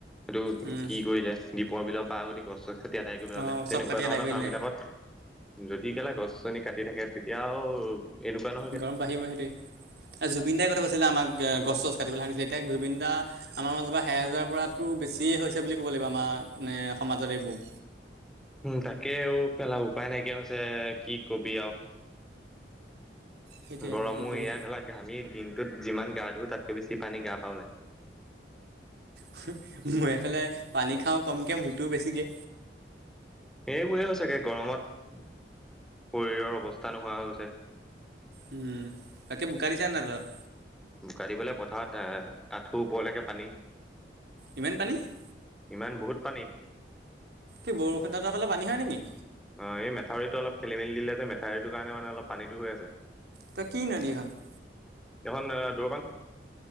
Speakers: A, in the centre; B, on the right (about 70°).
A: এইটো
B: উম,
A: কি কৰিলে? দ্বীপৰ বিলৰ পাৰ যদি গছ-ছচ কাটি কাটি আদাই কৰি পেলালে।
B: অ'
A: তেনেকুৱা
B: চব কাটি
A: ধৰণৰ
B: আদায় কৰিলে
A: কাম বিলাকত যদি কেলা গছ-গছনি কাটি থাকে তেতিয়া আৰু এনেকুৱা ন'
B: গৰম বাঢ়িব সেইটোৱে। এ জুবিন দাই কৈ থৈ গৈছিলে আমাক গে গছ- চছ কাটিব হাৰি কৰিছিলে। এতিয়া জুবিন দা আমাৰ মাজৰ পৰা হেৰাই যোৱাৱাৰ পৰা টো বেছিয়ে হৈছে বুলি ক'ব লাগিব। আমাৰ মানে, সমাজত এইবোৰ।
A: উম, তাকে অও কেলা উপায় নাইকিয়া হৈছে। কি কবি আও।
B: সেইটোৱে
A: গৰমো
B: আৰু কি কবি।
A: এয়া কেলা ঘামি দিনটোত যিমান গা ধু তাতকে বেছি পানী গাৰ পৰা ওলাই।
B: হুঁহ্, মই এইফালে পানী খাওঁ কমকে মূটো বেছিকে।
A: সেইবোৰহে হৈছেগে গৰমত, শৰীৰৰ অৱস্থা নোহোৱা হৈ গৈছে।
B: উম, তাকে বোকা দিছা নে নাই তহঁত?
A: বোকা দিবলৈ পথাৰত এ আঠুৰ ওপৰলৈকে পানী। <unintelligible>
B: ইমান পানী? <unintelligible>
A: ইমান বহুত পানী। <inaudible>
B: কি বৰষুণ <inaudible> ফালে পানী হয় নেকি?
A: অঁ! এই মেথাউৰিটো অলপ খেলি-মেলি দিলে যে মেঠাউৰিটোৰ কাৰনে মানে অলপ পানীটো হৈ আছে। <unintelligible>
B: ত কি নদী হয়? <inaudible>
A: এখন দৈবাং। <inaudible>